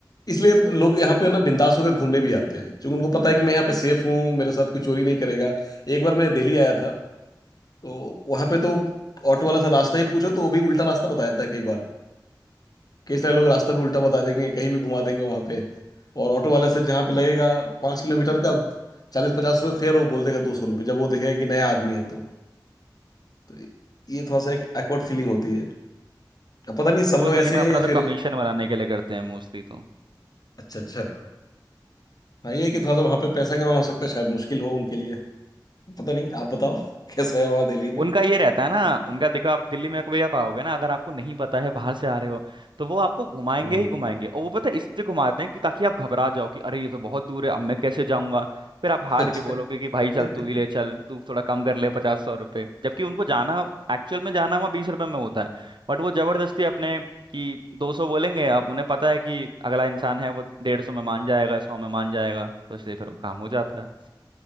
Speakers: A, on the left; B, on the right.
A: इसलिए लोग यहाँ पे ना बिंदास होकर घूमने भी आते हैं क्योंकि उनको पता है कि मैं यहाँ पे सेफ हूँ मेरे साथ कोई चोरी नहीं करेगा एक बार मैं दिल्ली आया था तो वहां पे तो ऑटो वाला से रास्ता ही पूछो तो वो भी उल्टा रास्ता बता देता है कई बार कई सारे लोग रास्ता भी उल्टा बता देंगे कहीं भी घुमा देंगे वहां पे और ऑटो वाले से जहाँ पे लगेगा पाँच किलोमीटर का चालीस पचास रुपये फेयर वो बोल देगा दो सौ रुपये जब वो देखेगा कि नया आदमी है तो, तो ये थोड़ा सा एक एक्वर्ड फीलिंग होती है अब पता नहीं सब
B: वो
A: लोग
B: दिल्ली
A: ऐसे
B: में अपना
A: हैं या
B: तो
A: फिर
B: कमीशन बनाने के लिए करते हैं मोस्टली तो
A: अच्छा अच्छा हाँ ये है कि थोड़ा सा वहां पे पैसा कमाना हो सकता है शायद मुश्किल हो उनके लिए पता नहीं आप बताओ <laughs> कैसा है वहां दिल्ली में
B: उनका ये रहता है ना उनका देखो आप दिल्ली में कभी आप आओगे ना अगर आपको नहीं पता है बाहर से आ रहे हो तो वो आपको घुमाएंगे
A: हम्म
B: ही घुमाएंगे और वो पता है इससे घुमाते हैं कि ताकि आप घबरा जाओ कि अरे ये तो बहुत दूर है अब मैं कैसे जाऊंगा फिर आप हार
A: <laughs> अच्छा
B: के बोलोगे कि भाई चल
A: हम्म
B: तू ही ले चल तू थोड़ा कम कर ले पचास सौ रुपये जबकि उनको जाना एक्चुअल में जाना वहाँ बीस रुपये में होता है बट वो जबरदस्ती अपने कि दो सौ बोलेंगे अब उन्हें पता है कि अगला इंसान है वो डेढ़ सौ में मान जाएगा सौ में मान जाएगा तो इसलिए फिर वो काम हो जाता है